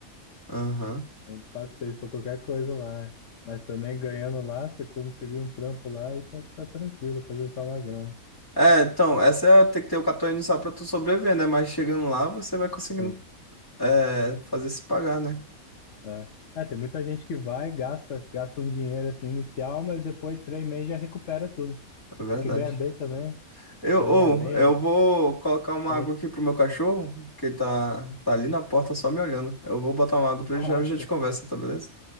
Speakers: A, on the left; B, on the left.
A: Aham.
B: Um pra seis pra qualquer coisa lá. é. Mas também ganhando lá, você consegue um trampo lá e tá, tá tranquilo pra juntar uma grana.
A: É, então, essa é, tem que ter o capital inicial para tu sobreviver, né? Mas chegando lá, você vai conseguindo
B: Sim.
A: é, fazer se pagar, né?
B: É. É, tem muita gente que vai, gasta, gasta um dinheiro assim inicial, mas depois três meses já recupera tudo.
A: É verdade.
B: Porque ganha bem também,
A: Eu,
B: vai
A: ou,
B: ganhar bem.
A: eu vou colocar uma
B: Falei,
A: água aqui pro meu cachorro, que ele tá, tá ali na porta só me olhando. Eu vou botar uma água pra
B: <laughs>
A: ele já,
B: ah,
A: já te conversa, tá beleza?